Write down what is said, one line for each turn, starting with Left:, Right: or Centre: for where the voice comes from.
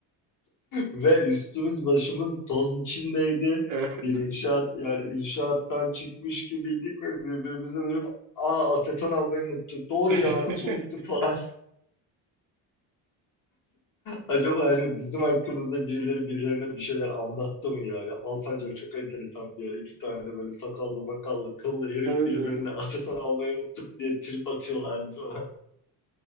Left: Ve üstümüz başımız toz içindeydi.
Right: Evet.
Left: Bir inşaat yani inşaattan çıkmış gibiydik ve birbirimize dönüp Aa aseton almayı unuttuk. Doğru
Right: <laughs>
Left: ya nasıl unuttuk falan Acaba hani bizim hakkımızda birileri birilerine bir şeyler anlattı mı ya? Ya Alsancak çok enteresan bir yer. İki tane böyle sakallı makallı kıllı herif
Right: Evet
Left: birbirine
Right: evet.
Left: aseton almayı unuttuk diye trip atıyorlardı falan.